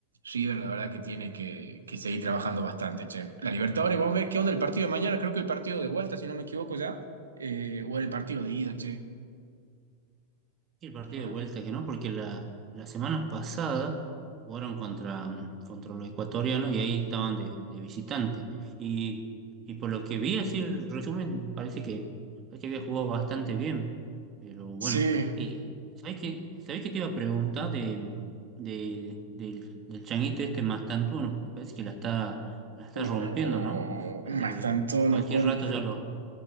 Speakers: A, on the right; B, on the right.
A: River la verdad que tiene que, que seguir trabajando bastante, che. La Libertadores, vamos a ver qué onda el partido de mañana, creo que el partido de vuelta, si no me equivoco ya, eh, o el partido de ida, che,
B: Y el partido
A: ¿te acuerdas?
B: de vuelta que no, porque la, la semana pasada jugaron contra, contra los ecuatorianos y ahí estaban de, de visitante. Y, y por lo que vi, así el resumen, parece que, parece que había jugado bastante bien. Pero bueno,
A: Sí,
B: eh, ¿sabés qué, sabés qué te iba a preguntar de, de- del, del changuito este Mastantuono? Parece que la está, la está
A: oh,
B: rompiendo, ¿no? Parece
A: más
B: que
A: tanto no
B: cualquier
A: como.
B: rato ya lo,